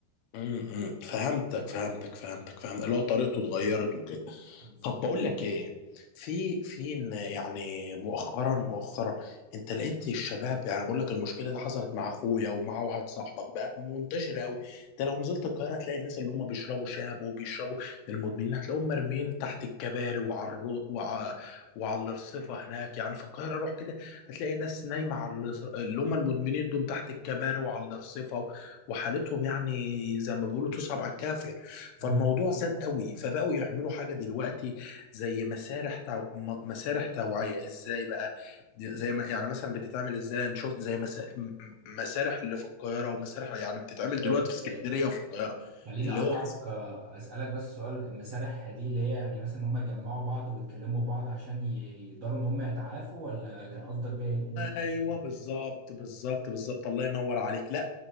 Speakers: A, on the left; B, on the right.
A: م- م. فهمتك فهمتك فهمتك فهمت اللي هو طريقته اتغيرت وكده
B: بالظبط
A: طب بقول لك ايه في في إن يعني مؤخرا مؤخرا انت لقيت الشباب يعني بقول لك المشكله دي حصلت مع اخويا ومع واحد صاحبك بقت منتشره قوي انت لو نزلت القاهره هتلاقي الناس اللي هم بيشربوا شاب وبيشربوا المدمنين هتلاقيهم مرميين تحت الكباري وعلى الرو... وع... وعلى الرصيفه هناك يعني في القاهره روح كده هتلاقي الناس نايمه على الرص- اللي هم المدمنين دول تحت الكباري وعلى الرصيفه وحالتهم يعني زي ما بيقولوا تصعب على الكافر فالموضوع
B: مم.
A: زاد قوي فبقوا يعملوا حاجة دلوقتي زي مسارح تو... م- مسارح توعية ازاي بقى زي ما يعني مثلا بتتعمل ازاي أنا شفت زي مسا... م- م- مسارح اللي في القاهرة ومسارح يعني بتتعمل دلوقتي
B: آه،
A: في اسكندرية
B: آه،
A: وفي القاهرة
B: خليني
A: اللي
B: اقطعك
A: هو مثلا
B: آه، اسالك بس سؤال المسارح دي اللي هي يعني مثلا ان هم يجمعوا بعض ويتكلموا بعض عشان ي- يقدروا ان هم يتعافوا ولا كان قصدك بيها ايه لأن أنا
A: ايوه
B: مش فاهم
A: بالظبط بالظبط بالظبط الله ينور عليك لا